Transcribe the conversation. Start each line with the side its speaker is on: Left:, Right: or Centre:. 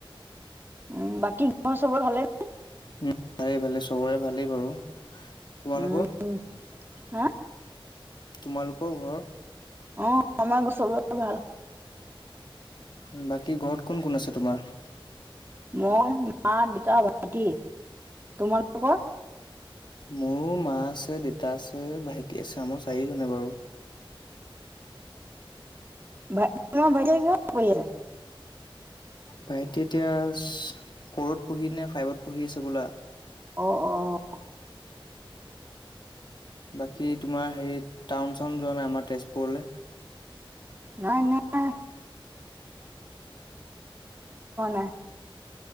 Right: উম, বাকী ঘৰৰ চবৰে ভালেই নে?
Left: উম, ভালেই ভালেই চবৰে ভালেই বাৰু। তোমালোকৰ?
Right: উম হা?
Left: তোমালোকৰ ঘৰ?
Right: অ' আমাৰ ঘৰ চবৰে ভাল।
Left: উম, বাকী ঘৰত কোন কোন আছে তোমাৰ?
Right: মই, মা, দেতা, ভাইটি। তোমালোকৰ?
Left: মোৰো মা আছে, দেতা আছে, ভাইটি আছে, আমাৰো চাৰি জনেই বাৰু।
Right: <unintelligible> তোমাৰ ভাইটিয়ে কিহত পঢ়ি আছে?
Left: ভাইটি এতিয়া, ফ'ৰত পঢ়ি নে ফাইভত পঢ়ি আছে হ'বলা।
Right: অ অ অ।
Left: বাকী তোমাৰ হেৰীত টাউন চাউন যোৱা নাই আমাৰ তেজপুৰলে?
Right: নাই, নাই। <inaudible>